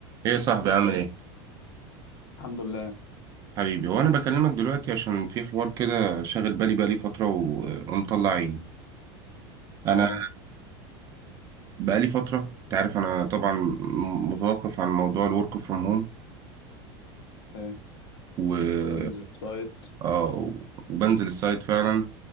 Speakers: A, on the right; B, on the left.
A: ايه يا صاحبي عامل ايه
B: الحمد لله
A: حبيبي وانا بكلمك دلوقتي عشان في حوار كده شاغل بالي بقالي فتره و- ومطلع عيني انا
B: اه
A: بقالي فتره انت عارف انا طبعا م- متوقف عن موضوع الورك فروم هوم
B: فاهم
A: و...
B: تنزل سايت
A: آه وبنزل السايت فعلا